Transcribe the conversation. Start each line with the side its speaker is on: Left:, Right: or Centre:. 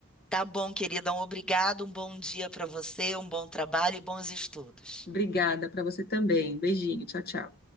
Centre: Tá bom, querida. Um obrigado, um bom dia para você, um bom trabalho e bons estudos.
Left: Obrigada para você também. Beijinho, tchau, tchau.